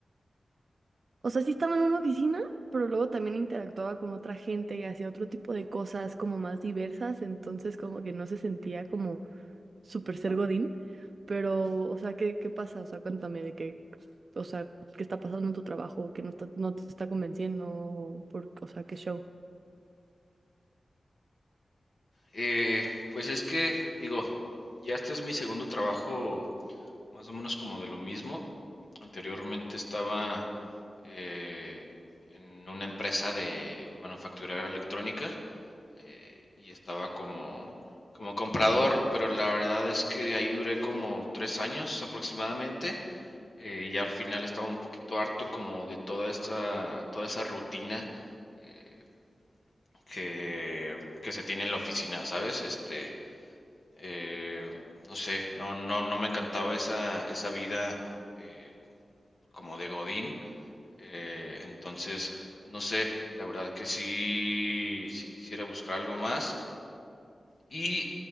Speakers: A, on the right (about 60°); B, on the left (about 55°).
A: o sea, sí estaba en una oficina, pero luego también interactuaba con otra gente y hacía otro tipo de cosas como más diversas, entonces como que no se sentía como súper ser Godín, pero, o sea, ¿qué, qué pasa? O sea, cuéntame de qué, o sea, qué está pasando en tu trabajo, que no está, no te está convenciendo, por, o sea, qué show.
B: Eh, pues es que, digo, ya este es mi segundo trabajo, más o menos como de lo mismo. Anteriormente estaba eh, en una empresa de manufacturera electrónica eh, y estaba como, como comprador, pero la verdad es que ahí duré como tres años aproximadamente eh, y ya al final estaba un poquito harto como de toda esta, toda esa rutina eh, que, que se tiene en la oficina, ¿sabes? Este, eh, no sé, no, no, no me encantaba esa, esa vida eh, como de Godín. eh, entonces, no sé, la verdad que sí, sí quisiera buscar algo más. Y